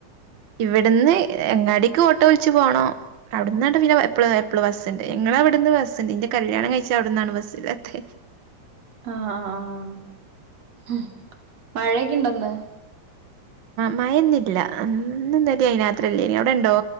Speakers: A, on the right; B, on the right.
A: ഇവിടുന്ന് എങ്ങാടേക്ക് ഓട്ടോ വിളിച്ചു പോണോ അവിടന്നാണ്ട് പിന്നെ എപ്പള് എപ്പള് ബസ് ഇണ്ട്. ഇങ്ങളവിടുന്ന് ബസ്ണ്ട്. ഇന്റെ കല്യാണം കഴിച്ച അവിടന്നാണ് ബസ് ഇല്ലാത്ത്.
B: ആഹ് ആഹ് ആഹ് ഹ് മഴയൊക്കെ ഉണ്ടോ ഇന്ന്
A: മയ ഇന്നില്ല. ഇന്നും ഇന്നലെ രാത്രീം ഇല്ലേനിം അവിടേണ്ടോ?